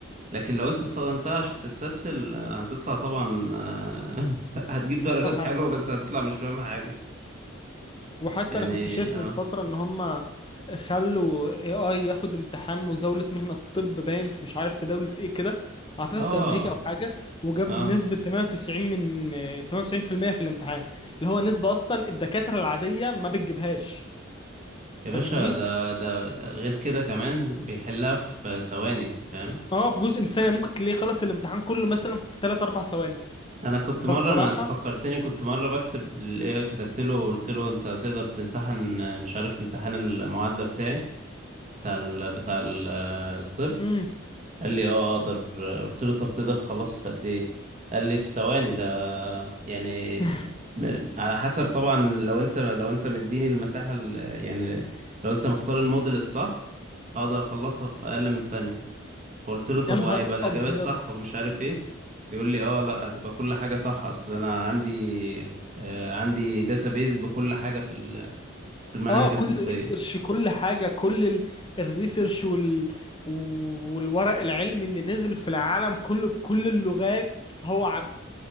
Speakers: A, on the right (about 40°); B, on the left (about 25°).
A: لكن لو انت استخدمتها عشان تستسهل آه، هتطلع طبعا آه، <laughs> هتجيب درجات
B: مش فاهم حاجه
A: حلوة بس هتطلع مش فاهم حاجة
B: وحتى
A: يعني
B: انا كنت شايف
A: اه
B: من فترة ان هم خلوا اي اي ياخد امتحان مزاولة مهنة الطب باين في مش عارف في دولة ايه كده اعتقد
A: اه
B: في امريكا او حاجة وجاب
A: اه
B: نسبة 98 من 98% في المية في الامتحان اللي هو نسبة اصلا الدكاترة العادية ما بتجيبهاش
A: يا
B: فاهمني
A: باشا ده ده غير كده كمان بيحلها في ثواني فاهم
B: اه في جزء من الثانية ممكن تلاقيه خلص الامتحان كله مثلا في 3 4 ثواني
A: انا كنت مره
B: فالصراحة
A: انا انت فكرتني كنت مره بكتب للايه كتبت له قلت له انت تقدر تمتحن مش عارف امتحان المعادله بتاعي بتاع ال... بتاع ال... الطب
B: امم
A: قال لي اه اقدر قلت له طب تقدر تخلصه في قد ايه قال لي في ثواني ده يعني
B: <laughs>
A: م- على حسب طبعا لو انت لو انت مديني المساحه ال- يعني لو انت مختار الموديل الصح هقدر اخلصها في اقل من ثانيه فقلت له طب
B: يا نهار
A: وهيبقى الإجابات
B: ابيض
A: صح ومش عارف إيه يقول لي اه لا هتبقى كل حاجة صح أصل أنا عندي آه عندي داتابيز بكل حاجة في ال- في المناهج
B: اه كل
A: الطبية
B: ريسيرش كل حاجة كل ال- الريسيرش وال... والورق العلمي اللي نزل في العالم كله بكل اللغات هو عارفه